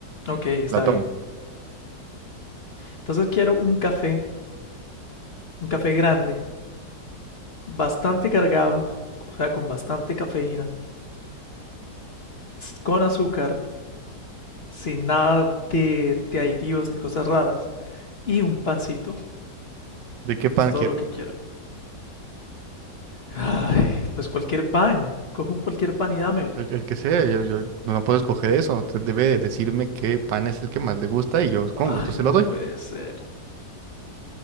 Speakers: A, on the left; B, on the right.
A: Ok, está
B: La tomo.
A: bien. Entonces quiero un café, un café grande, bastante cargado, o sea, con bastante cafeína, con azúcar, sin nada de, de aditivos ni cosas raras, y un pancito.
B: ¿De qué pan
A: Es todo
B: quiere?
A: lo que quiero. Ay, pues cualquier pan. Cojo un cualquier pan y dámelo.
B: El, el que sea, yo, yo no puedo escoger eso. Usted debe decirme qué pan es el que más le gusta y yo con
A: Ay,
B: gusto se
A: no
B: lo doy.
A: puede ser.